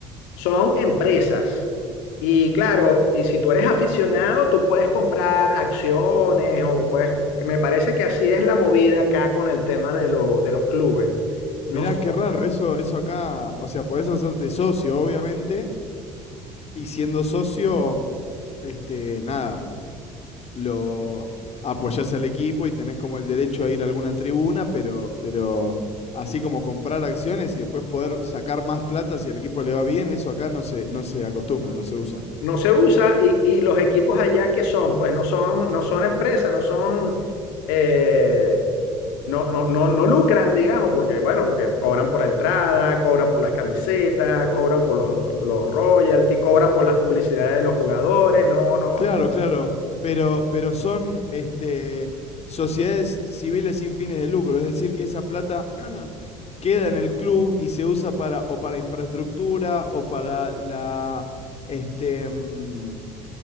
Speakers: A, on the left; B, on the left.
A: son empresas. Y claro, y si tú eres aficionado, tú puedes comprar acciones o puedes, que me parece que así es la movida acá con el tema de, lo- de los clubes. No,
B: Mirá,
A: se-
B: qué raro, eso, eso acá, o sea, podés hacerte socio, obviamente, y siendo socio, este, nada, lo apoyás al equipo y tenés como el derecho a ir a alguna tribuna, pero, pero así como comprar acciones y después poder sacar más plata si al equipo le va bien, eso acá no se, no se acostumbra, no se usa.
A: no se usa y, y los equipos allá que son, pues no son, no son empresas, no son... eh, no, no, no, no lucran, digamos, porque, bueno, porque cobran por la entrada, cobran por las camisetas, cobran por los, los royalties cobran por las publicidades de los jugadores, no, no,
B: Claro,
A: eso-
B: claro. Pero, pero son este, sociedades civiles sin fines de lucro, es decir, que esa plata <clears throat> queda en el club y se usa para o para infraestructura o para la este mm,